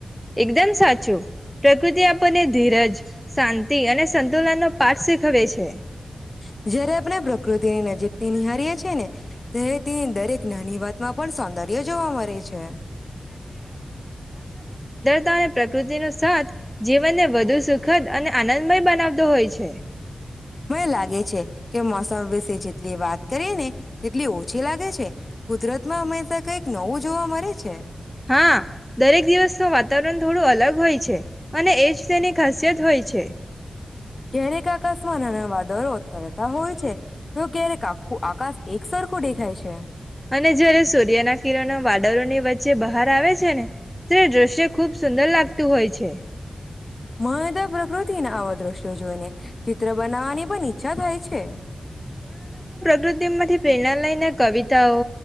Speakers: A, in the centre; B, on the left.
A: એકદમ સાચું પ્રકૃતિ આપણને ધીરજ, શાંતિ અને સંતુલનનો
B: <unintelligible>
A: પાઠ શીખવે છે
B: જયારે આપણે પ્રકૃતિની નજીકથી નિહારીય છીએ ને ત્યારે તે દરેક નાની વાત માં પણ સૌંદર્ય જોવા મળે છે.
A: <unintelligible> પ્ર કૃતિનુ સાથ જીવનને વધુ સુખદ અને આનંદમય બનાવતો હોય છે.
B: મને લાગે છે કે મોસમ વિશે જેટલી વાત કરીએ ને તેટલી ઓછી લાગે છે કુદરત માં હંમેશા કઈક નવું જોવા મળે છે. છે.
A: હા, દરેક દિવસ તો વાતાવરણ થોડું અલગ હોય છે. અને એજ તેની ખાસિયત થાય છે.
B: ક્યારેક આકસ્મા નાના વા દરો તરતા હોય છે તો ક્યારેક આખું આકાશ એક સરખું દેખાય છે
A: અને જય્યારે સૂર્યના કિરણ વાદરોની વચ્ચે બહાર આવે છે ને ત્યારે દ્રશ્ય ખૂબ સુંદર લાગતું હોય છે
B: મદ પ્રકૃતિ ના આવો દઋશ્યો જોુને ચિત્ર બનાવાની પણ ઈચ્છા થાય છે
A: પ્રકૃતિ થી પ્રેરણા લયને કવિતાઓ